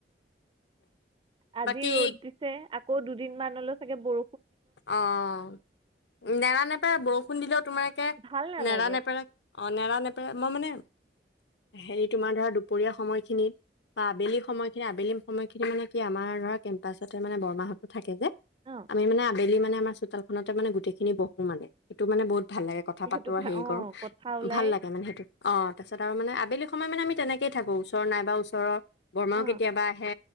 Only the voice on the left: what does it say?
বাকী
অ', নান নে এ বৰষুণ দিলত তোমালোকে
নেৰা নেপেৰা অঁ, নেৰা নেপেৰা মই মানে হেৰি তোমাৰ ধৰা দুপৰীয়া সময়খিনিত বা আবেলি সময়খিনি, আবেলি সময় খিনি মানে কি আমাৰ ধৰা কেম্পাছতে মানে বৰমাহতো থাকে যে,
আমি মানে বেল মানে আমাৰ চোতালত খনত মানে গোটেই খিনি বহো মানে সটো মানে বহুত ভাল লাগে কথা
পাতো
আৰু হেৰি
কৰো
ভাল লাগে মানে সেইটোত। অঁ, তাৰপিছত আৰু মান আবেলি সময় মান আম তেনেকেই থাকো ওচৰ নাই বা ওচৰৰ বৰমাও
কেতিয়াবা আহে।